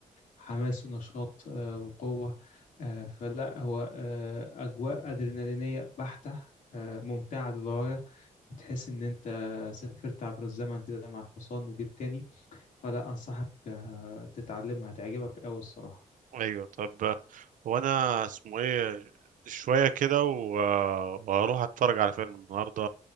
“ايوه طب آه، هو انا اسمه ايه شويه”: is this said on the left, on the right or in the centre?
Right